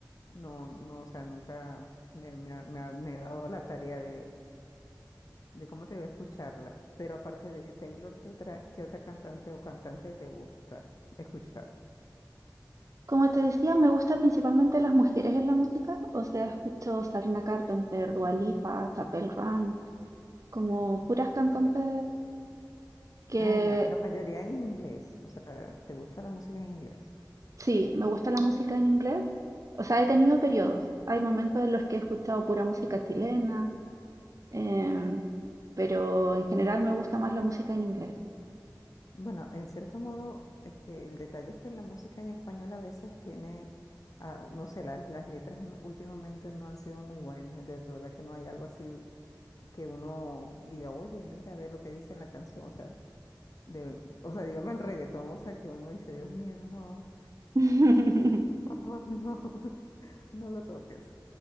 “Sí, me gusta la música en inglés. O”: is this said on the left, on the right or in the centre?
Right